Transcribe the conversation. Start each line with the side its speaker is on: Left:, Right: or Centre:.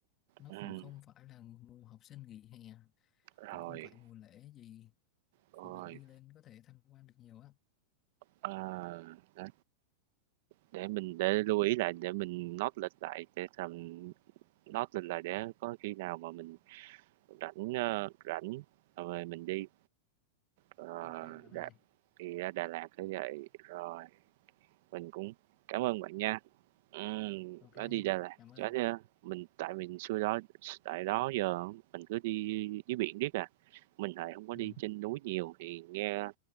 Left: nó
Right: ừm,
Left: cũng không phải là mùa học sinh nghỉ hè
Right: rồi,
Left: cũng không phải mùa lễ gì
Right: rồi,
Left: thì bạn đi lên có thể tham quan được nhiều á
Right: ờ, đó, để mình để lưu ý lại để mình note lịch lại để tầm note lịch lại để có khi nào mà mình rảnh, ơ, rảnh rồi mình đi Ờ,
Left: ok bạn
Right: Đà
Left: ơi
Right: thì ra Đà Lạt phải vậy, rồi mình cũng cảm ơn bạn nha. Ừm,
Left: ok
Right: nói đi Đà Lạt,
Left: cảm ơn
Right: nói ra mình tại mình xưa đó tại đó giờ mình cứ đi dưới biển riết à, mình lại không có
Left: ừ.
Right: đi trên núi nhiều thì nghe